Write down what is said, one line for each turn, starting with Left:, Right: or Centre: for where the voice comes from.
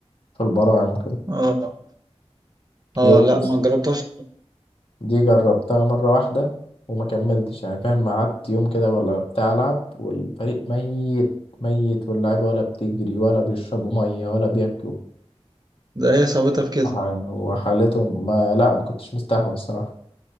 Left: في البراعم كده
Right: اه اه
Left: هي دي
Right: لا
Left: بص
Right: ما جربتهاش
Left: دي جربتها مرة واحدة وما كملتش يعني فاهم قعدت يوم كده ولا بتاع ألعب والفريق ميت ميت واللعيبة ولا بتجري ولا بيشربوا مية ولا بياكلوا
Right: ده هي صعوبتها في كده
Left: وح- وحالتهم ما لا ما كنتش مستحمل الصراحة